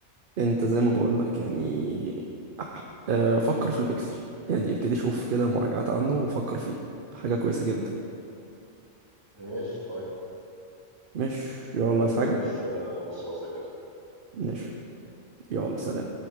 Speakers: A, on the right; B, on the right.
A: انت زي ما بقولك يعني أح- آه، فكر في البكسل يعني ابتدي شوف كده مراجعات عنه وفكر فيه حاجة كويسة جدا
B: ماشي طيب
A: مش يلا
B: ممكن
A: عايز حاجة
B: اخش آه، ابص بصه كده
A: مش يلا سلام